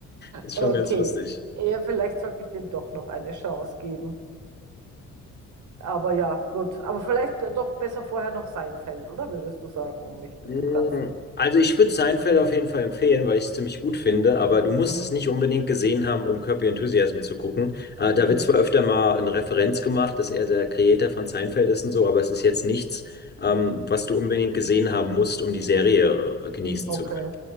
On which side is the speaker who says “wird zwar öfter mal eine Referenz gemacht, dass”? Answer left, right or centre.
Left